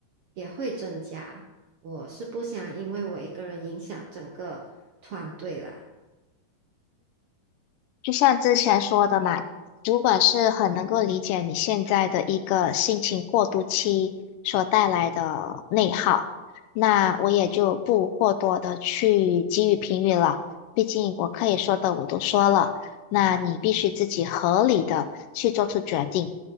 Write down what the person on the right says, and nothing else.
也会增加。我是不想因为我一个人影响整个团队啦。